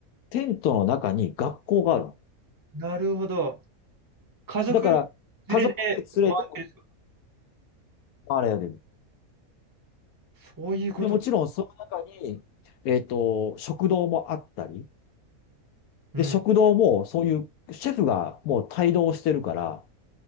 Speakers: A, on the left (about 80°); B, on the right (about 20°).
A: テントの中に学校がある。
B: なるほど。家族連
A: だから家族で連れても
B: れで回ってるんですか
A: 回れる。
B: そういうことか。
A: で、もちろんその中に、えっと、食堂もあったり、
B: うん。
A: で、食堂もそういうシェフがもう帯同してるから、